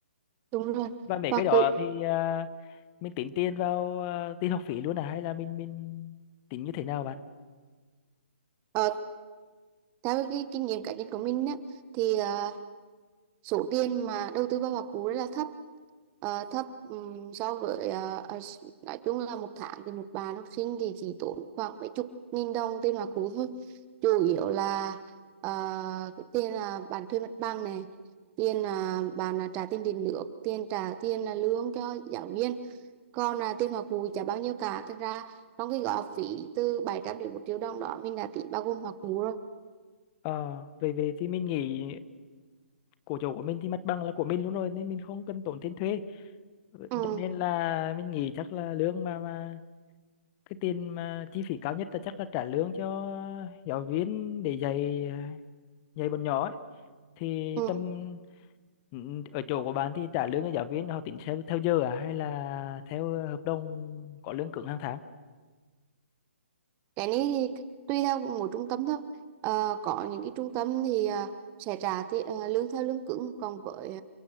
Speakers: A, on the right; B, on the left.
A: đúng rồi.
B: và mấy
A: Và
B: cái
A: cũng
B: đó thì à, mình tính tiền vào ờ, tiền học phí luôn à hay là mình mình tính như thế nào bạn
A: ờ, theo cái kinh nghiệm cá nhân của mình á, thì ờ, số tiền mà đầu tư vào hoa cú rất là thấp Ờ, thấp ừm, so với ờ, ờ, s- nói chung là một tháng thì một bạn học sinh thì chỉ tốn khoảng mấy chục nghìn đồng tiền hoa cú thôi chủ yếu là ờ, cái tiền là bạn thuê mặt bằng này tiền là bạn là trả tiền điện nước tiền trả tiền là lương cho giáo viên còn là tiền hoa cú chả bao nhiêu cả thật ra trong cái gói học phí từ 700 đến một triệu đồng đó mình đã tính bao gồm hoa cú rồi
B: ờ về về thì mình nghĩ của chỗ của mình thì mặt bằng là của mình luôn rồi nên mình không cần tốn tiền thuê Ừ,
A: ừ.
B: cho nên là mình nghĩ chắc là lương mà mà cái tiền mà chi phí cao nhất là chắc là trả lương cho giáo viên để dạy ờ, dạy bọn nhỏ ấy. thì
A: ừ.
B: tầm ừ, ở chỗ của bạn thì trả lương cho giáo viên họ tính theo theo giờ à hay là theo hợp đồng có lương cứng hàng tháng
A: cái này thì tùy theo mỗi trung tâm thôi Ờ, có những cái trung tâm thì ờ, sẽ trả thì, ờ, lương theo lương cứng còn với